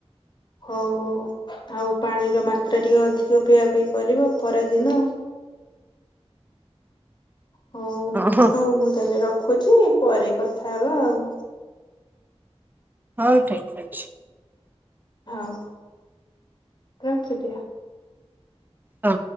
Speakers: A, on the left; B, on the right.
A: ହଉ ହଉ ଆଉ ପାଣିର ମାତ୍ରା ଟିକେ ଅଧିକ ପିଇବା ପାଇଁ କରିବ ଖରାଦିନ। ହଉ
B: ହଁ।
A: ହଉ ମୁଁ ତାହେଲେ ରଖୁଛି। ପରେ କଥା ହବା ଆଉ।
B: ହଉ ଠିକ ଅଛି।
A: ହଉ ରଖିଦିଅ।
B: ହ।